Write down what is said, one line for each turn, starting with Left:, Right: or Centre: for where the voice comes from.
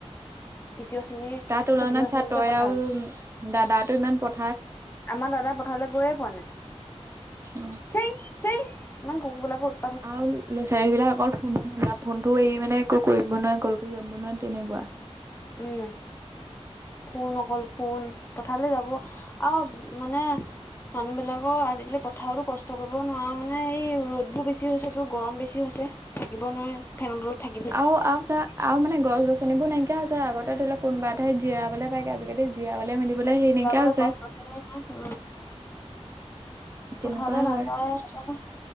Left: তৃতীয় শ্ৰেণী
Right: তাৰ তুলনাত
Left: চতুৰ্থ
Right: চা
Left: শ্ৰেণীতে
Right: তই
Left: পথাল।
Right: আৰু দাদাটো ইমান পট
Left: আমাৰ দাদাই পথাৰলে গৈয়ে পোৱা নাই
Right: অ'
Left: চেই। চেই ইমান কুকুৰ বিলাকৰ উত
Right: <unintelligible> ল'ৰা- ছোৱালীবিলাক অকল ফোনত ধান্দা ফোনতো এৰি মানে একো কৰিব নোৱাৰে কলোকো যাব নোৱাৰে তেনেকুৱা।
Left: উম, ফোন অকল ফোন পথালে যাব আও মানে মানুহবিলাকো আজিকালি পথাৰতো কষ্ট কৰিব নোৱাৰা মানে এই ৰ'দবোৰ বেছি হৈছেতো গৰম বেছি হৈছে। থাকিব নোৱাৰে। ফেনৰ তলত থাকি- থাকি।
Right: আওঁ- আওঁ চা আওঁ মানে গছ- গছনিবোৰ নাইকিয়া হৈছে আগতে ধৰি লক কোনোবা এটাই জিৰাবলে পায়গে আজিকালি বিয়া মলে মেলিবলে সেই
Left: জিৰাবলৈ
Right: নাইকিয়া হৈছে।
Left: গছ গছনি উম হু
Right: তেনেকুৱা
Left: পথাৰলে
Right: হয়
Left: নাযায় সেটো কাৰণে।